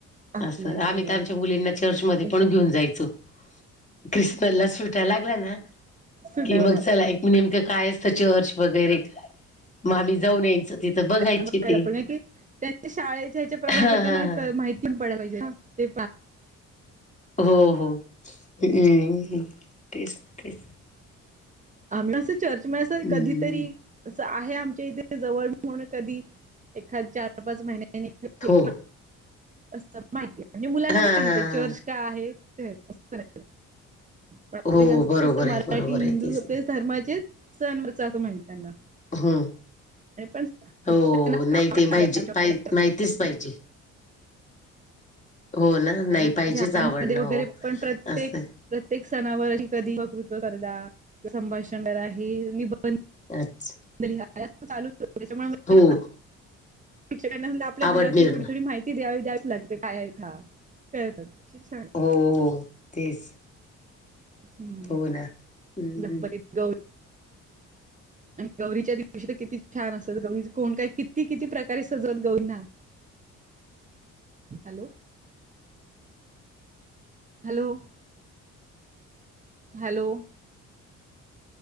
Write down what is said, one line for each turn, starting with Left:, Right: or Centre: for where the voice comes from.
Right: आपले
Left: असं आम्ही
Right: हो
Left: तर आमच्या मुलींना चर्चमध्येध्ये
Right: तस
Left: पण घेऊन जायचो क्रष्णनला सुटायला लागला ना
Right: सुटावं
Left: की मग चला एक म नेमकं काय चर्च वगैरे काय मग आम्ही जाऊन यायचं तिथं बघायचे
Right: घ
Left: ते
Right: पण त्यांच्या शाळेच्याच्या प्रमाण
Left: हा
Right: पण त्यांना
Left: हा हा
Right: माहिती <inaudible>
Left: हो होतेच तेच
Right: आम असं चर्च मं
Left: हम्म
Right: कधीतरी आहे आमच्या इथे जवळ म्हणून कधी एखाद चार पाच महिन्या
Left: हो
Right: असं माहितीय म्हणजे मुलांना
Left: हा
Right: माहितीय
Left: हा हा
Right: चर्च का आहे ते अस पण आपले
Left: हो
Right: जास्त
Left: बरोबर
Right: अस
Left: आहे
Right: मराठी
Left: बरोबर
Right: हिंदू
Left: आहे तेच
Right: आपलेच
Left: ना
Right: धर्माचेच सण असं माहित त्यांना
Left: हम्म.
Right: आणि पण त्यांना
Left: हो
Right: पण
Left: नाही
Right: आवड
Left: ते पाहिजे
Right: आहे आमच्या
Left: माहितीच पाहिजे हो ना नाही
Right: आणि आमच्या
Left: पाहिजेच
Right: शाळेमध्ये
Left: आवड
Right: वगैरे
Left: ना हो
Right: पण प्रत्येक
Left: असं
Right: प्रत्येक सणावर कधीकृत संभाषण करा निध
Left: अच्छा
Right: चा त्याच्यामुळे
Left: हो
Right: शिक्कांना आपल्या
Left: आवड
Right: घरातून
Left: निर्माण
Right: थोडी थोडी माहिती द्यावी द्यावीच लागते काय हतात छान
Left: हो हो तेच
Right: ह्
Left: हो ना हम्म
Right: गणपती गौ आणि गौरीच्या दिवशी तर किती छान असत गौरी कोण काय किती किती प्रकारे सजवत गौरीना हॅलो हॅलो हॅलो